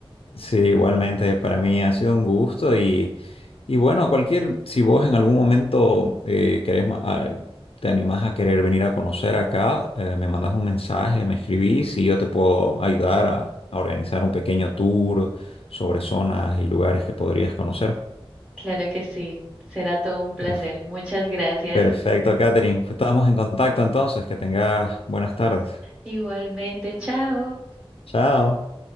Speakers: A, on the left; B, in the centre.
A: Sí, igualmente para mí ha sido un gusto y, y bueno, cualquier, si vos en algún momento eh, querés, ma- a- te animás a querer venir a conocer acá, eh, me mandas un mensaje, me escribís y yo te puedo ayudar a, a organizar un pequeño tour sobre zonas y lugares que podrías conocer.
B: Claro que sí, será todo un placer.
A: Per-
B: Muchas gracias.
A: Perfecto, Catherine. Estamos en contacto entonces, que tengas buenas tardes.
B: Igualmente, chao.
A: Chao.